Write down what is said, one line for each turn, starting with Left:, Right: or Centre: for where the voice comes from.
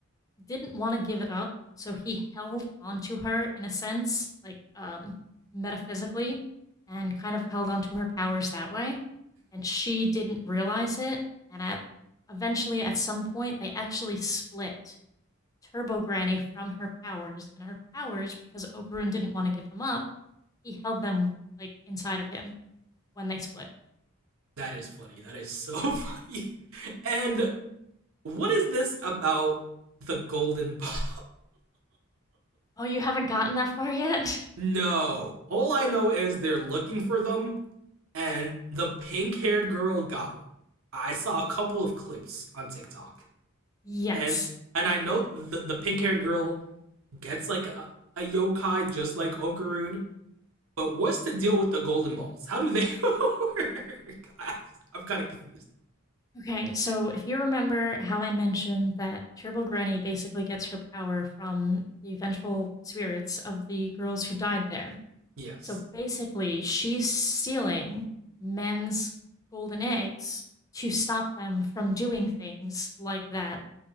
Left: didn't want to give it up, so he held onto her in a sense, like um, metaphysically, and kind of held onto her powers that way. And she didn't realize it. And at eventually, at some point, they actually split Turbo Granny from her powers, and her powers, because Okarun didn't want to give them up, he held them like inside of him when they split.
Right: That is funny. That is so <laughs> funny. And what is this about the golden balls?
Left: Oh, you haven't gotten that far yet?
Right: <laughs> no. All I know is they're looking for them and the pink haired girl got one. I saw a couple of clips on TikTok,
Left: <laughs> yes.
Right: and and I know the the pink haired girl gets like a, a yokai just like Okaroon. But what's the deal with the golden balls? How do they <laughs> work? I, I'm kind of confused.
Left: Okay, so if you remember how I mentioned that Turbo Granny basically gets her power from the vengeful spirits of the girls who died there.
Right: Yes,
Left: So basically, she's stealing men's golden eggs to stop them from doing things like that